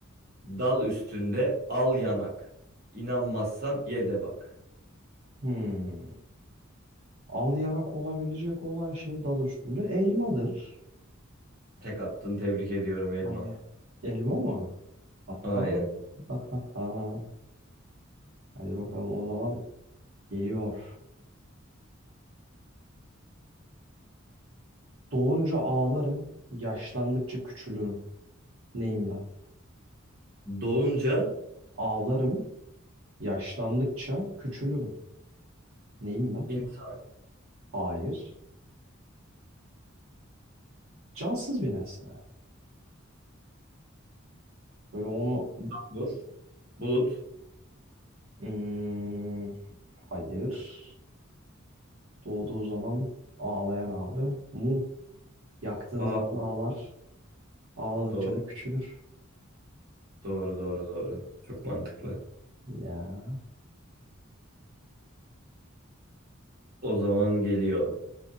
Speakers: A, on the right; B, on the right.
A: Dal üstünde al yanak. İnanmazsan ye de bak.
B: Hmm. Al yanak olabilecek olan şey dal üstünde elmadır.
A: Tek attın tebrik ediyorum Elma.
B: Hani elma mı? Aha.
A: Aynen.
B: <laughs> Aha. Hadi bakalım o zaman geliyor. Doğunca ağlarım, yaşlandıkça küçülürüm. Neyim ben?
A: Doğunca
B: Ağlarım, yaşlandıkça küçülürüm. Neyim ben?
A: insan
B: Hayır. Cansız bir nesne. Böyle onu...
A: olur. Bulut.
B: Hmm, hayır. Doğduğu zaman ağlayan abi. Mum. Yaktığın
A: Aa,
B: zaman ağlar. Ağladıkça
A: doğru,
B: da küçülür.
A: doğru, doğru, doğru. Çok mantıklı.
B: Ya.
A: O zaman geliyor.